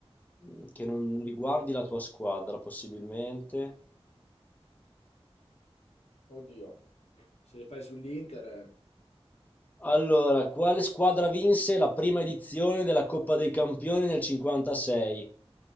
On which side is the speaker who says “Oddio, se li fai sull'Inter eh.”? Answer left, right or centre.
Left